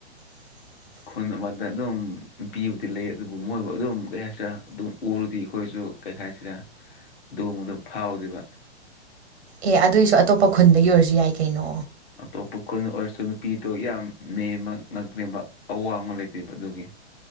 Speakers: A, on the right; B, on the left.
A: <inaudible>
B: ꯈꯨꯟ ꯑꯃꯗ ꯑꯗꯨꯝ ꯅꯨꯄꯤꯕꯨꯗꯤ ꯂꯩ ꯑꯗꯨꯕꯨ ꯃꯣꯏꯕꯨ ꯑꯗꯨꯝ ꯀꯩ ꯍꯥꯏꯇꯥꯔꯦ ꯑꯗꯨꯝ ꯎꯔꯗꯤ ꯑꯩꯈꯣꯏꯁꯨ ꯀꯩ ꯍꯥꯏꯁꯤꯔ ꯗꯨꯀꯨꯝꯕꯗꯣ ꯐꯥꯎꯗꯦꯕ꯫
A: ꯑꯦ ꯑꯗꯨꯑꯣꯏꯁꯨ ꯑꯇꯣꯞꯄ ꯈꯨꯟꯗꯒꯤ ꯑꯣꯏꯔꯁꯨ ꯌꯥꯏ ꯀꯩꯅꯣ꯫
B: ꯑꯇꯣꯞꯄ ꯈꯨꯟ ꯑꯣꯏꯔꯁꯨ ꯅꯨꯄꯤꯗꯣ ꯌꯥꯝ ꯅꯦꯝꯃ ꯉꯥꯛꯇꯅꯦꯕ ꯑꯋꯥꯡꯕ ꯂꯩꯇꯦꯕ ꯑꯗꯨꯒꯤ꯫